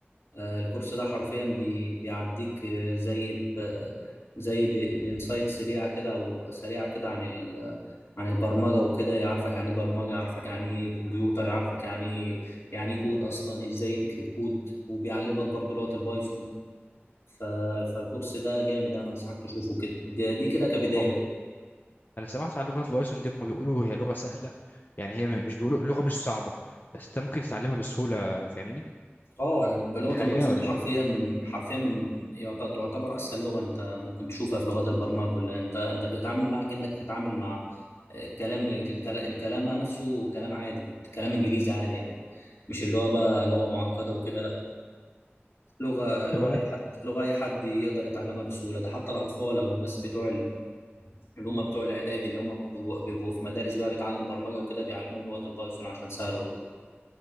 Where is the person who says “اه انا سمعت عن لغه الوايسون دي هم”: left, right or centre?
Left